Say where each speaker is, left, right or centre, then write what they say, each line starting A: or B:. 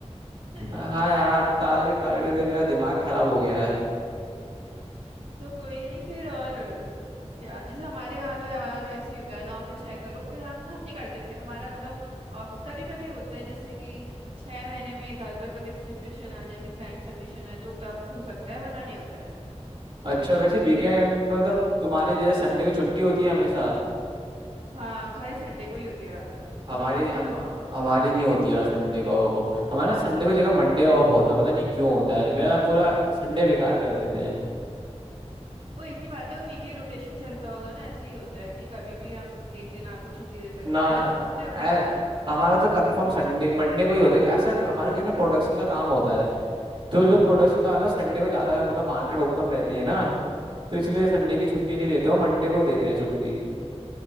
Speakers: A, on the right; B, on the right.
A: <laughs>
B: हाँ यार टारगेट टारगेट करके मेरा दिमाग खराब हो गया है
A: तो कोई नहीं फिर और क्या जैसे हमारे यहाँ तो यार ऐसे ही होता है नौ से छः करो फिर हम हम नहीं करते फिर हमारा मतलब ऑफिस का भी कभी होता है जैसे कि छह महीने में एक आध बार कभी सिचुएशन आ जाए कि क्लाइंट सबमिशन है तो तब हो सकता है वरना नहीं होता है
B: अच्छा वैसे वीकेंड में मतलब तुम्हारी जैसे संडे को छुट्टी होती है हमेशा
A: हाँ खाली संडे को ही होती है यार
B: हमारी
A: और क्या वहाँ
B: हम
A: तो
B: हमारी नहीं होती यार संडे को ऑफ हमारा संडे को जगह मंडे ऑफ होता है पता नहीं क्यों होता है मेरा पूरा संडे बेकार कर देते हैं
A: वो एक ही बात है वो वीकली रोटेशन चलता होगा ना ऐसे ही होता है कि कभी भी हम एक दिन आपको छुट्टी दे सकते
B: ना
A: हैं हालांकि ऐसा होता है
B: ऐ-
A: बहुत जगह
B: हमारा तो कंफर्म संडे मंडे को ही होता है ऐसा हमारे जो ना प्रोडक्शन का काम होता है तो जो प्रोडक्शन
A: हम्म
B: का है ना संडे को ज्यादा मतलब मार्केट ओपन रहती है ना तो इसलिए संडे की छुट्टी नहीं देते हो मंडे को देते हैं छुट्टी